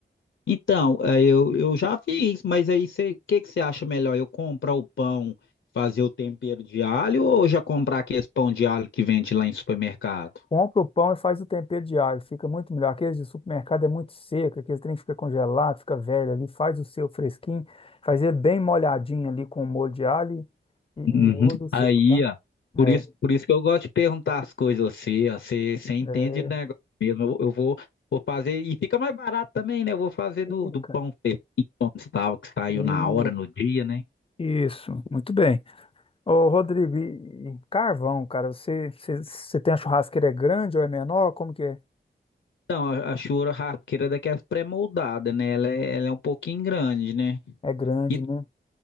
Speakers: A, on the left; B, on the left.
A: Então, eh, eu, eu já fiz, mas aí o que que você acha melhor? Eu comprar o pão, fazer o tempero de alho ou já comprar aquele pão de alho que vende lá em supermercado?
B: Compra o pão e faz o tempero diário, fica muito melhor. Aqueles de supermercado é muito seco, aqueles trem fica congelado, fica velho ali, faz o seu fresquinho, faz ele bem molhadinho ali com molho de alho e, e
A: Uhum.
B: usa o seu,
A: Aí,
B: tá?
A: ó, por
B: É,
A: isso, por isso que eu gosto de perguntar as coisas a você, ó, você, você entende
B: é,
A: de negócio mesmo. Eu, eu vou, vou fazer, e fica mais barato também, né? Eu vou fazer
B: fica.
A: do, do pão feijão de sal que saiu
B: Isso,
A: na hora, no dia, né?
B: isso, muito bem. Ô, Rodrigo, e, e carvão, cara, você, você, você tem a churrasqueira é grande ou é menor? Como que é?
A: Então, a, a churrasqueira é daquelas pré-moldadas, né? Ela é, ela é um pouquinho grande, né?
B: É grande,
A: E
B: né?